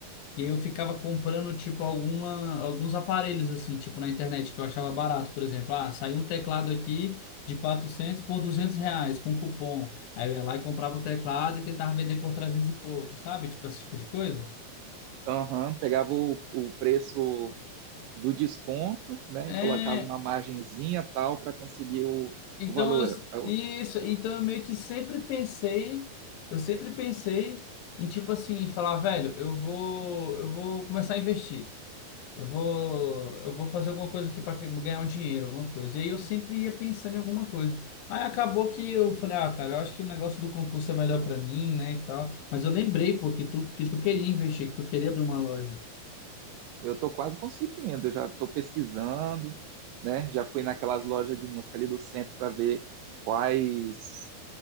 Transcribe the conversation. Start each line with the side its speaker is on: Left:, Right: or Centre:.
Left: E eu ficava comprando, tipo, alguma, alguns aparelhos, assim, tipo, na internet, que eu achava barato, por exemplo. Ah, saiu um teclado aqui de 400 por 200 reais, com cupom. Aí eu ia lá e comprava o teclado e tentava vender por 300 e pouco, sabe? Tipo, esse tipo de coisa.
Right: Aham, pegava o, o preço do desconto, né?
Left: É,
Right: E colocava uma margenzinha tal para conseguir o,
Left: então
Right: o valor.
Left: eu,
Right: Eu,
Left: isso, então eu meio que sempre pensei, eu sempre pensei em, tipo assim, falar, velho, eu vou, eu vou começar a investir. Eu vou, eu vou fazer alguma coisa aqui para ganhar um dinheiro, alguma coisa. E aí eu sempre ia pensando em alguma coisa. Aí acabou que eu falei, ah, cara, eu acho que o negócio do concurso é melhor para mim, né, e tal. Mas eu lembrei, pô, que tu, que tu queria investir, que tu queria abrir uma loja.
Right: estou quase conseguindo, eu já estou pesquisando, né? Já fui naquelas lojas de música ali do centro para ver quais